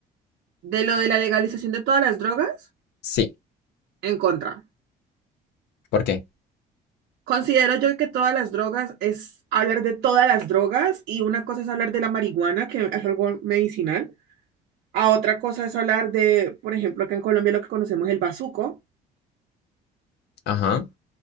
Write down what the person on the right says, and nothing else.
¿De lo de la legalización de todas las drogas?
En contra.
Considero yo que todas las drogas es hablar de todas las drogas y una cosa es hablar de la marihuana, que es algo medicinal, a otra cosa es hablar de, por ejemplo, acá en Colombia lo que conocemos el bazuco,